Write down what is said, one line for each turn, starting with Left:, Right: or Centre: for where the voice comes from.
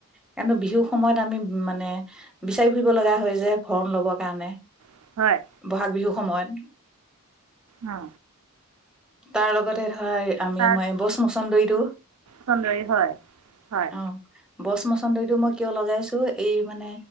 Centre: কিনো বিহুৰ সময়ত আমি মানে বিচাৰি ফুৰিব লগা হয় যে ভৰণ লবৰ কাৰণে
Right: হয়
Centre: বহাগ বিহু সময়ত
Right: অ
Centre: তাৰ লগতে ধৰা আমি
Right: তাত
Centre: মই বচ মচন্দৰটো
Right: চন্দৰী হয় হয়
Centre: অ বছ ম <unintelligible> মই কিয় লগাইছো। এই মানে